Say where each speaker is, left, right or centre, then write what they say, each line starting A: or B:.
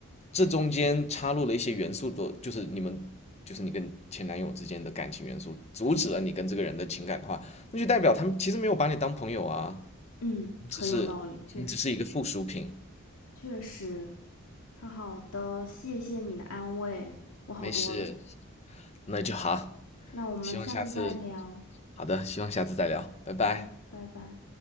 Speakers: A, on the left; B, on the left.
A: 这中间插入了一些元素的，就是你们就是你跟前男友之间的感情元素，阻止了你跟这个人的情感的话，那就代表他们其实没有把你当朋友啊，
B: 嗯，很有道理，
A: 只是你只是一个附属品，
B: 确实。确实，好好的，谢谢你的安慰，我好多了。
A: 没事，那就好。
B: 那我们下次再聊，
A: 希望下次，好的，希望下次再聊，拜拜。
B: 嗯，拜拜。